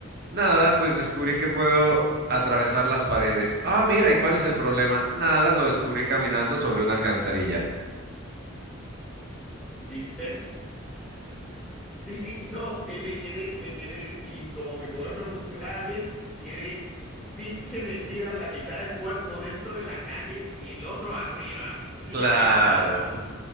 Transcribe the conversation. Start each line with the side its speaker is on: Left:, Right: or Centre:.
Right: Nada, pues descubrí que puedo atravesar las paredes. Ah, mira, ¿y cuál es el problema? Nada, lo descubrí caminando sobre una alcantarilla.
Centre: ¿Viste? Y, y- y no, eh, me quedé, me quedé, y como mi poder no funcionaba bien, quedé pinche metida la mitad del cuerpo dentro de la calle y el otro arriba, <laughs> y
Right: Claro.
Centre: venían los autos.